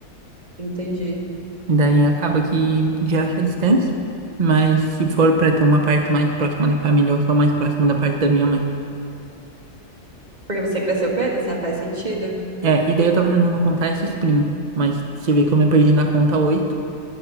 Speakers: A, on the right (about 25°); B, on the right (about 70°).
A: entendi.
B: E daí acaba que gera essa distância, mas se for pra ter uma parte mais próxima da família, eu sou mais próximo da parte da minha mãe.
A: Porque você cresceu com eles, né? Faz sentido.
B: É, e daí eu tava tentando contar esses primos, mas você vê que eu me perdi na conta oito